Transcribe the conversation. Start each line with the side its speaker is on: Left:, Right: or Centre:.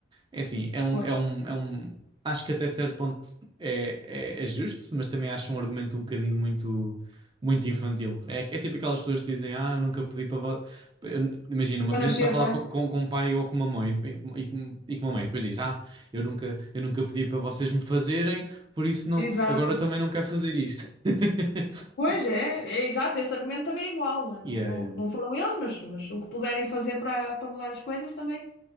Right: É assim, é um,
Left: Pois.
Right: é um, é um. Acho que até certo ponto é, é, é justo, mas também acho um argumento um bocadinho muito, muito infantil. É, que- é tipo aquelas pessoas que dizem: Ah, eu nunca pedi para. vo- Eu- Imagina, uma
Left: Para
Right: criança
Left: nascer,
Right: a falar
Left: não é?
Right: com, com, com um pai ou com uma mãe e, e, com- e com uma mãe, depois diz: Ah, eu nunca, eu nunca pedi para vocês me fazerem, por isso não,
Left: Exato.
Right: agora também não quero fazer isto. <laughs>
Left: Pois é, é exato. Esse argumento também é igual. Não, é? não,
Right: Yeah,
Left: não
Right: yeah.
Left: não foram eles, mas, mas o que puderem fazer para, para mudar as coisas também